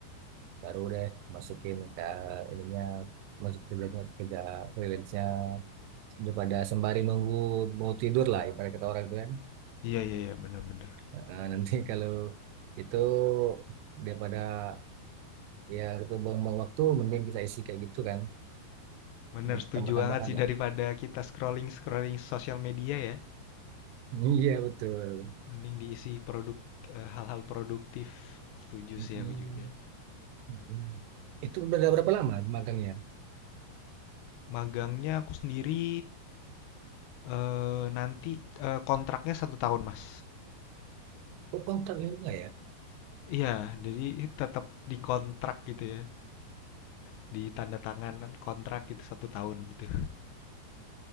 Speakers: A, on the right; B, on the left.
A: baru deh masukin ke ininya, masuk kerjanya kerja freelance-nya daripada sembari nunggu mau tidur lah ibarat kata orang itu kan.
B: Iya iya iya benar-benar.
A: Nah, <laughs> nanti kalau itu daripada ya itu buang-buang waktu, mending kita isi kayak gitu kan,
B: Benar
A: mungkin
B: setuju
A: tambah-tambahan
B: banget sih
A: lah.
B: daripada kita scrolling scrolling sosial media ya.
A: <laughs> Iya betul.
B: Mending diisi produk eh, hal-hal produktif. Setuju
A: Mm-mm.
B: sih aku juga.
A: Mm-mm. Itu udah berapa lama magangnya?
B: Magangnya aku sendiri eh, nanti eh, kontraknya satu tahun Mas.
A: Oh kontraknya enggak ya?
B: Iya, jadi tetap dikontrak gitu ya. di tanda tangan kontrak itu satu tahun itu